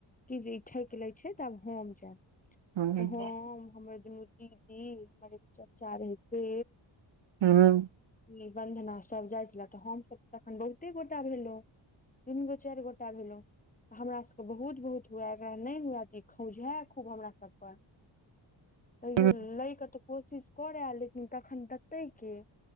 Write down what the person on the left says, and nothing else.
कि जे ई ठकि लै छै तऽ आब हम जायब
तऽ हम हमर दुनू दीदी हमर एक चाचा रहे से
ई बंधना सब जाइ छले तऽ हम सभ त तखन बहुते गोटा भेलहु तीन गो चारि गोटा भेलो हमरा सबके बहुत बहुत हुए एकरा नहि हुए तऽ ई खौझै खूब हमरा सब पर तैयो
लै कऽ तऽ कोशिश करय लेकिन तखन देतै के